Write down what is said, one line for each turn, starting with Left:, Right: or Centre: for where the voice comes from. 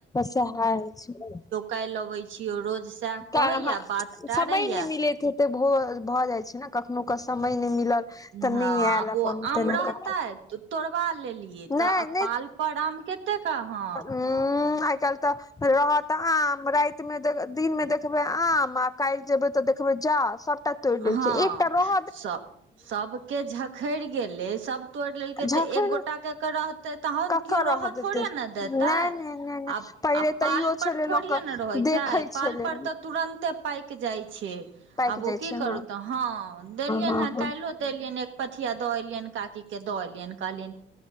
Left: सै होइ छै
Right: काइल अबै छियौ रोज सएह
Left: तऽ
Right: कहैया
Left: अहाँ
Right: बात टारैया
Left: समय नहि मिलैत हेतै भोरऽ भ जाइत छै ने कखनो क समय नहि मिलल तऽ
Right: हँ
Left: नहि आयल
Right: आब
Left: अपन
Right: ओ आम
Left: तेना
Right: रहताइ
Left: क
Right: त तोड़बा लेली
Left: नहि
Right: तऽ अब पाल पर आम कते क ह
Left: <unintelligible> आए काइल त रहत आम रातिमे दिनमे देखबै आम आ काइल जेबै तऽ देखबै जा सभटा तोड़ लेलकै
Right: हँ
Left: एकटा रह
Right: सब सभके झखड़ि गेलै सभ तोड़ि लेलकै
Left: जखन
Right: तऽ एक गोटा के तऽ रह तहन
Left: ककर
Right: केओ रहऽ
Left: देतै
Right: थोड़े ने देतै
Left: नहि नहि नहि नहि
Right: अब
Left: पहिले
Right: अब पाल
Left: तैयो
Right: पर
Left: छलै
Right: थोड़िये
Left: लोक
Right: ने रहैत छै
Left: देखै
Right: पाल
Left: छलै
Right: पर तऽ तुरंते पाइक जाइ छै
Left: पाइक
Right: आब
Left: जाइ
Right: ओ की
Left: छै
Right: करू
Left: हँ
Right: तऽ हँ देलियनि
Left: हँ
Right: हे काइल
Left: हँ
Right: काइलो देलियन एक पथिया दऽ एलियन काकी के दऽ एलियन कहलियन